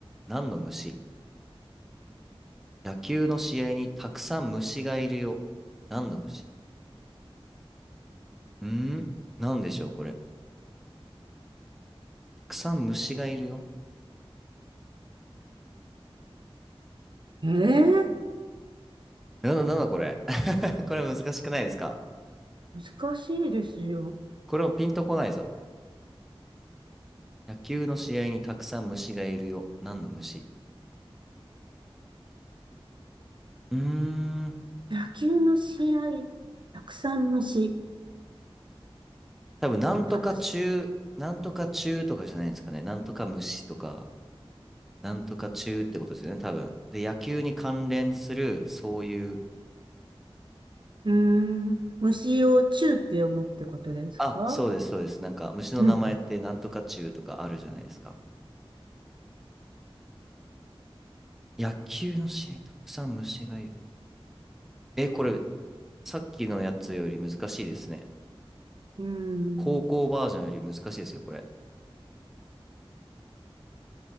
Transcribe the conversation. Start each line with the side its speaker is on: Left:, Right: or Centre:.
Centre: 何の虫野球の試合にたくさん虫がいるよ。何の虫うーん何でしょう、これ。たくさん虫がいるよ。
Right: ええ
Centre: なんだ、なんだこれ。<laughs> これ難しくないですか
Right: 難しいですよ。
Centre: これもピンとこないぞ。野球の試合にたくさん虫がいるよ。何の虫うーん。
Right: 野球の試合、たくさん虫、
Centre: 多分、なんとか中、
Right: たくさ
Centre: なんとか中とかじゃないんですかね。なんとか虫とか、なんとか中ってことですよね、多分。で、野球に関連する、そういう、
Right: ん。うーん、虫を虫って読むってことですか
Centre: あ、そうです、そうです。なんか、虫の名前ってなんとか中とかあるじゃないですか。
Right: うん、
Centre: 野球の試合にたくさん虫がいる。え、これ、さっきのやつより難しいですね。
Right: うーん。
Centre: 高校バージョンより難しいですよ、これ。